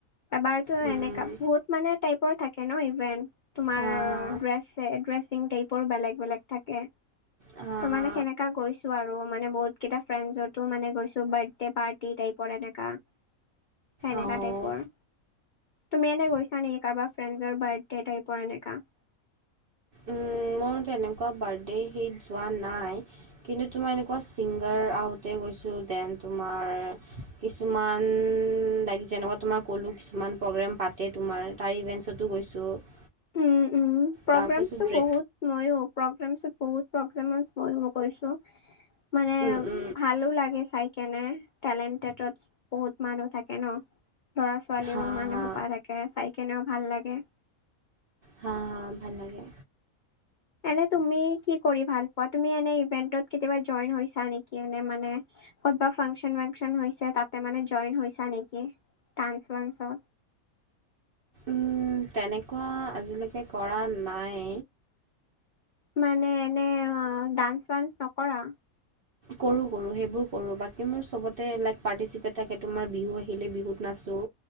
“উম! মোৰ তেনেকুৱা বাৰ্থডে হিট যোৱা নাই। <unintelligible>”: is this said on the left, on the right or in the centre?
Right